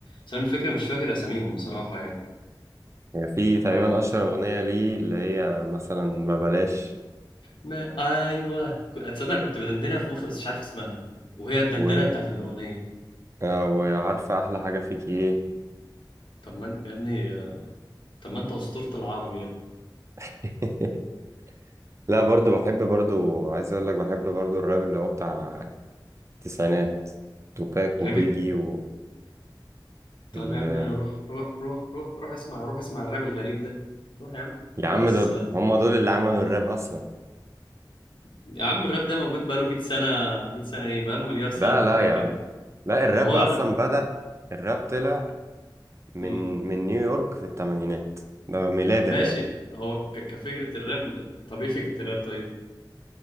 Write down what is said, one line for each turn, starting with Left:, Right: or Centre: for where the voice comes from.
Left: بس انا الفكره مش فاكر اساميهم بصراحه يعني
Right: يعني في تقريبا
Left: آه
Right: اشهر اغنيه ليه اللي هي مثلا ما بلاش
Left: ما ايوه ك- اتصدق كنت بدندنها في مخي بس مش عارف اسمها وهي الدندنه
Right: و...
Left: بتاعت الاغنيه
Right: آه، وعارفه احلى حاجه فيكي ايه
Left: طب ما انت- يا ابني آه، طب ما انت اسطوره العرب يا
Right: <laughs> لا برضو بحب برضو عايز اقول لك بحب برضو الراب اللي هو بتاع التسعينات توباك وبيجي
Left: ابني
Right: و...
Left: طب
Right: ال...
Left: يا عم روح روح روح روح روح اسمع روح اسمع الراب الغريب ده روح يا عم
Right: يا
Left: ده
Right: عم
Left: ناس
Right: دول هم دول اللي عملوا الراب اصلا
Left: يا عم الراب ده موجود بقاله 100 سنة 100 سنة ايه بقاله مليار سنة
Right: لا
Left: تلاقيه
Right: لا يا
Left: كان
Right: عم لا الراب
Left: ما هو
Right: اصلا
Left: الر-
Right: بدأ الراب طلع من
Left: مم.
Right: من نيويورك في الثمانينات ده ميلاد
Left: ماشي
Right: الراب
Left: هو ك- كفكرة الراب طب ايه فكرة الراب طيب